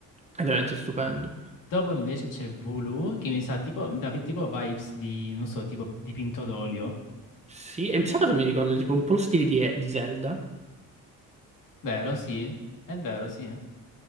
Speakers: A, on the right; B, on the left.
A: è veramente stupendo.
B: Dopo invece c'è Vulu che mi sa tipo, mi dà tipo vibes di, non so, tipo dipinto d'olio.
A: Sì, e sai cosa mi ricordo? Tipo un po' lo stile di, di Zelda.
B: Vero, sì. È vero, sì. Mi